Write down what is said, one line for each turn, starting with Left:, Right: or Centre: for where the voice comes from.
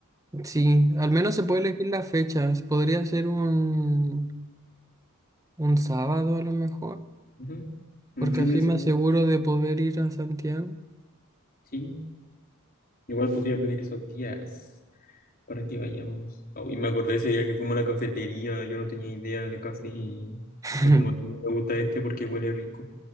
Right: Sí, al menos se puede elegir las fechas. Podría ser un, un sábado a lo mejor,
Left: Ujú. Un
Right: porque
Left: fin
Right: así
Left: de semana,
Right: me aseguro de poder ir a Santiago.
Left: sí. Igual podría pedir esos días. para que vayamos. Oh, y me acordé ese día que fuimos a la cafetería, yo no tenía idea de café y
Right: <laughs>
Left: yo como "Sí, me gusta este porque huele rico.